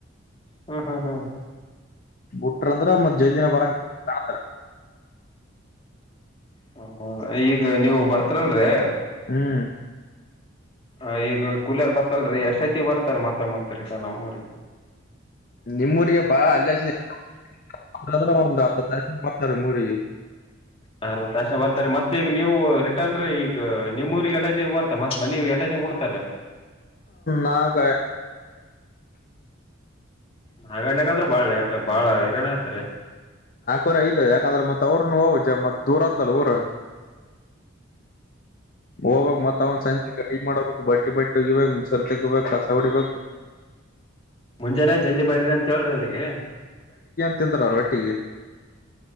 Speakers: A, on the left; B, on the left.
A: ಹ್ಮ್ ಹ್ಮ್ ಹ್ಮ್
B: ಬಿುಟ್ರಂದ್ರ ಮ್ಜೈ ದಿನ ಬರಂಗ ಕಾಣತಾರ
A: ಹ ಈಗ ನೀವು ಬರ್ತರಲ್ರೀ
B: ಹ್ಮ್
A: ಹ ಈಗ ಕಲಿಯರ್ ಬರ್ತಲ್ರಿೀ ಎಷ್ಟಐತಿ ಬರ್ತಾರ ಮತ್ತ ಮತ್ ರತ ನಮ್ಮೂ್ರ
B: ನಿಮ್ ೂರಿಗೆಪ್ಪಾ ಅಲ್ಲಿದ್ರ ಒಂದು್ ಹತ್ತು ಹತ್ತು ಲ ಬರ್ತಾರ ನಿಮ್ಮ ಊರಿಗೆ
A: ಹ ತಕ್ಷಣ ಬರ್ತಾರೆ ಮತ್ತ ಈಗ ನೀವು ರಿಟರ್ನ್ ರೀ ಈಗ ನಿಮ್ಮೂರಿಗೆ ಎಟತಿ ಬರ್ತ ಮತ್ನ ಎಟಡ್ತ <inaudible>
B: ನಾಕ
A: ನಾಗಣ್ಯಗಾದ್ರೂ ಬಾಳ ಬಾಳ ಹಿರಣ್ಯ ಹತ್ರರಿ
B: ಉರ ಇದೆ ಯಾಕಂದ್ರೆ ಮತ್ ಅವ್ರನು ಅವಚ ಮತ್ ದೂರ ಆತಲ್ಲ ಅವರ ಹೋಗ್ಕ್ ಮತ್ತತ್ ಅವ್ ಸಂಜೆ ಗಾಡಿ ಮಾಡ್ಬೇಕಕ್ ಬಟ್ಟಿ ಬಟ್ಟಿ ಉಗಿಬೇಕಕ್ ಮುಸರ್ ತಗೋಗಬೇಕು ಕಸ ಹೊಡಿಬೇಕು
A: ಸಂಜರಾ ಜಲ್ಲಿ ಬೈ್ರಿ ಅಂತ ಹೇಳ್ರಿ ಅವ್ರಿಗೆ
B: ತಿಂತಾರಲ್ಲ ಒಟ್ಟಿಗೆ